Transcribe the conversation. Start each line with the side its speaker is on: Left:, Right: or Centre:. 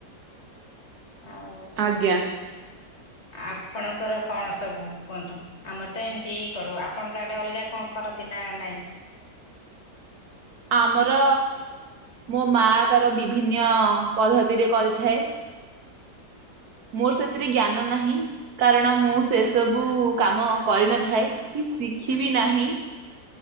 Left: ଆଉ
Right: ଆଜ୍ଞା।
Left: ଆପଣଙ୍କର କଣ ସବୁ କୁହନ୍ତୁ? ଆମେ ତ ଏମିତି ହିଁ କରୁ ଆପଣଙ୍କ ଆଡେ ଅଲଗା କଣ କରନ୍ତି ନା ନାଇଁ?
Right: ଆମର ମୋ ମାଆ ତାର ବିଭିନ୍ୟ ପଦ୍ଧତିରେ କରିଥାଏ। ମୋର ସେଥିରେ ଜ୍ଞାନ ନାହିଁ କାରଣ ମୁଁ ସେ ସବୁ କାମ କରିନଥାଏ। କି ଶିଖିବି ନାହିଁ।